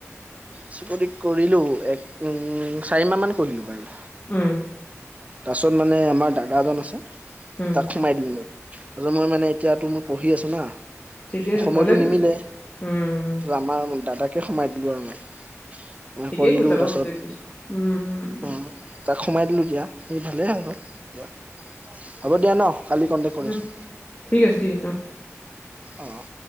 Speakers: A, on the right; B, on the left.
A: চিকৰটি কৰিলো এক, ম, চাৰি মাহ মান কৰিলো বাৰু।
B: উম
A: পাছত মানে আমাৰ দাদা এজন আছে
B: উম
A: তাক সোমাই দিলো মই আৰু মই মানে এতিয়াতো মই পঢ়ি আছো না
B: ঠিকে আছে
A: সময়তটো
B: ভালে কৰিছা
A: নিমিলে।
B: বাৰু। উম উম
A: আমাৰ দাদাকে সোমাই দিলো আৰু মই ম
B: ঠিকেই
A: কৰিলো
B: কৰিছা বাৰু
A: তাৰপাছত
B: ভালে কৰিছা উম উম
A: অ', তাক সোমাই দিলো দিয়া সেই ভালেই হ আৰু দা হ'ব দিয়া ন কালি কন্টেক কৰি
B: উম
A: আছো।
B: ঠিক আছে ঠিক আছে অ
A: অ',।